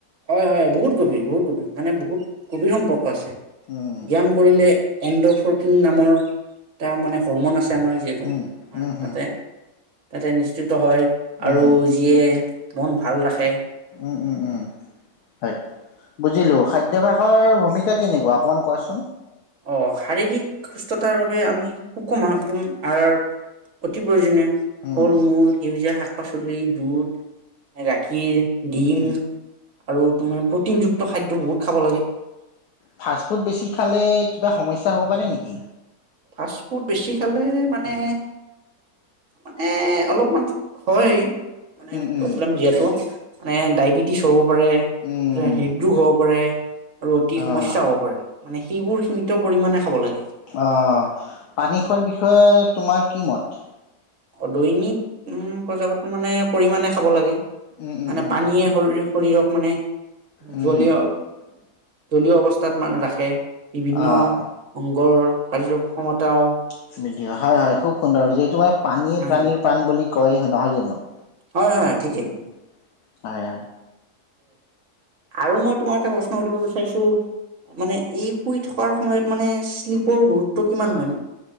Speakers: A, on the right (about 55°); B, on the left (about 85°).
A: হয় হয় বহুত গভীৰ বহুত গভিৰ মানে বহুত গভিৰ সম্পৰ্ক আছে
B: উম
A: বিয়াম কৰিলে এণ্ডো ফৰফিন নামৰ তাৰ মানে হৰমন আছে আমাৰ যিহেতু
B: উম, উম, হম,
A: তাতে তাতে নিশ্চিত হয় আৰু
B: উম,
A: যিয়ে মন ভাল ৰাখে
B: উম উম উম হয় বুজিলো খাদ্যাভাসৰ ভূমিকা কেনেকুৱা অকণমান কোৱাচোন
A: অ শাৰীৰিক সুস্থতাৰ বাবে আমি সুকম আহাৰ আৰু অতি প্ৰয়োজনীয়।
B: উম,
A: ফল মূল সেউজীয়া শাক শাক -পাচলি, দুধ মানে গাখীৰ দিম
B: উম,
A: আৰু তুমি প্ৰটিনযুক্ত খাদ্য বহুত খাব লাগে।
B: ফাষ্টফুড বেছি খালে কিবা সমস্যা হ'ব পাৰে নেকি?
A: ফাষ্ট ফুড বেছি খালে মানে মানে অলপমান হয় মানে
B: উম, উম,
A: প্ৰব্লেম যিহেটো মানে ডায়বেটিছ হব পাৰে
B: উম,
A: হৃদৰোগ হব পাৰে আৰু অতি
B: অ',
A: সমস্যা হ'ব পাৰে মানে সেইবোৰ সম সিমিত পৰিমাণে খাব লাগে।
B: অ পানী খোৱাৰ বিষয়ে তোমাৰ কি মত?
A: অদৈনিক উম প্ৰজাপত মানে পৰিমানে খাব লাগে
B: উম, উম,
A: মানে
B: উম,
A: পানীয়ে শৰীৰ শৰীৰক মানে
B: উম,
A: জলিঅ দলীয় অৱস্থাত মানে ৰাখে। বিভিন্ন
B: অ'।
A: অংগৰ কাৰ্য ক্ষমতাও
B: <unintelligible> হয় হয় খুব সুন্দৰ যিহেতু মই পানীয়ে
A: হয়
B: প্ৰাণীৰ প্ৰাণ বুলি কয়হে নহয় জানো?
A: হয় হয় ঠিকেই
B: উম, হয় হয়
A: আৰু মই তোমাক এটা প্ৰশ্ন সুধিব বিচাৰিছো মানে এই শুই থকাৰ সময়ত মানে শ্লীপৰ গুৰুত্ব কিমান হয় এনে